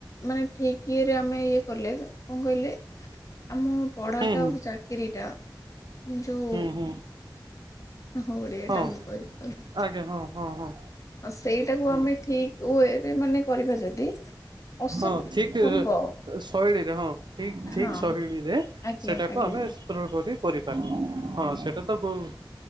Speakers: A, on the left; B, on the right.
A: ମାନେ ଠିକ୍ ଇଏରେ ଆମେ ଇଏ କଲେ କଣ କହିଲେ ଆମ ପଢାଟା
B: ହୁଁ
A: ଆଉ ଚାକିରୀ ଟା ଯୋଉ
B: ହୁଁ ହୁଁ
A: ହ ଓଡିଆ
B: ହଁ
A: ଟା ମୁଁ କହିପାରୁ
B: ଆଜ୍ଞା ହଁ ହଁ ହଁ
A: ଆଉ ସେଇଟାକୁ
B: ହୁଁ
A: ଆମେ ଠିକ୍ ୱେରେ ମାନେ କରିବା ଯଦି ଅସୁବିଧା
B: ହଁ ଠିକ୍
A: ତ ହବ।
B: ଶୈଳୀରେ ହଁ ଠିକ ଠିକ
A: ହଁ
B: ଶୈଳୀରେ
A: ଆଜ୍ଞା
B: ସେଟାକୁ
A: ଆଜ୍ଞା
B: ଆମେ ସୂତ୍ର କରି କରିପାରନେ। ହଁ ସେଟା ତ କୋଉ